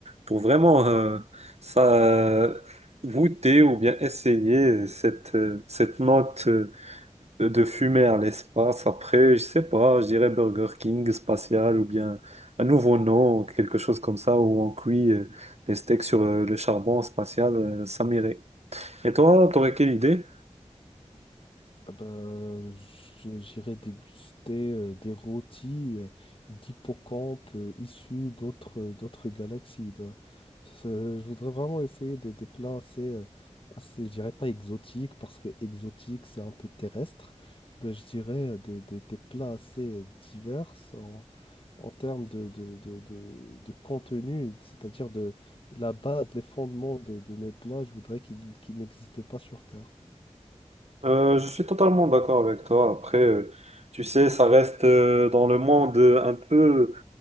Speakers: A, on the right; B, on the left.
A: pour vraiment euh, ça, goûter ou bien essayer cette, euh, cette note. euh, de fumer à l'espace. Après, je sais pas, je dirais Burger King spatial ou bien un nouveau nom, quelque chose comme ça, où on cuit euh, les steaks sur euh, le charbon spatial, euh, ça m'irait. Et toi, t'aurais quelle idée?
B: Ah bah, je- j'irai déguster euh, des rôtis euh, d'hippocampes euh, issus d'autres euh, d'autres galaxies. Bah, ça- je voudrais vraiment essayer des, des plats assez, euh, assez, je dirais pas exotiques, parce que exotique, c'est un peu terrestre. mais je dirais euh, des, des- des plats assez euh, divers en, en termes de, de, de, de- de contenu, c'est-à-dire de la base, les fondements de, de mes plats, je voudrais qu'ils qu'ils n'existent pas sur Terre.
A: Euh, je suis totalement d'accord avec toi. Après, euh, tu sais, ça reste euh, dans le monde euh, un peu